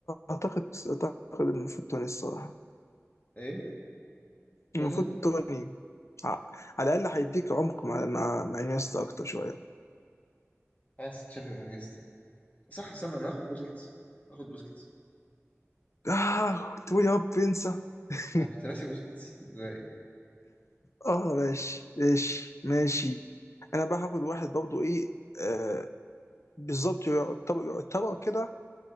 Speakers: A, on the left (about 65°); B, on the left (about 30°).
A: اعتقد اعتقد المفروض توني الصراحه
B: ايه
A: المفروض
B: توني
A: توني ع- على الاقل هيديك عمق مع مع مع انيستا اكتر شويه
B: عايز تشافي وانيستا صح استنى انا هاخد بوسكيتس هاخد بوسكيتس
A: اه تقول يا رب انسى <laughs>
B: انا كنت ناسي بوسكيتس ازاي
A: اه ماشي ماشي ماشي انا بقى هاخد واحد برضه ايه آه بالظبط يعتبر يعتبر كده